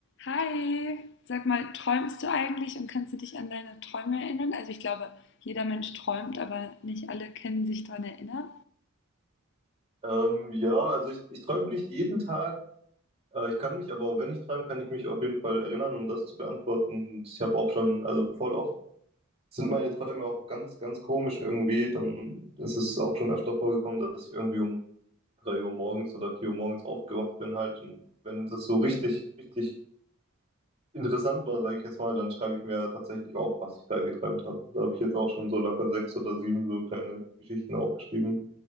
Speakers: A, on the left (about 55°); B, on the right (about 30°).
A: Hi, sag mal, träumst du eigentlich und kannst du dich an deine Träume erinnern? Also ich glaube, jeder Mensch träumt, aber nicht alle können sich daran erinnern.
B: Ähm, ja, also ich, ich träume nicht jeden Tag. Äh, ich kann mich, aber wenn ich träume, kann ich mich auf jeden Fall erinnern, um das zu beantworten. Und ich habe auch schon, also voll oft sind meine Träume auch ganz, ganz komisch irgendwie. Dann ist es auch schon öfter vorgekommen, dass ich irgendwie um 3 Uhr morgens oder 4 Uhr morgens aufgewacht bin halt. Und wenn das so richtig, richtig interessant war, sage ich jetzt mal, dann schreibe ich mir tatsächlich auf, was ich da geträumt habe. Da habe ich jetzt auch schon so locker sechs oder sieben so kleine Geschichten aufgeschrieben.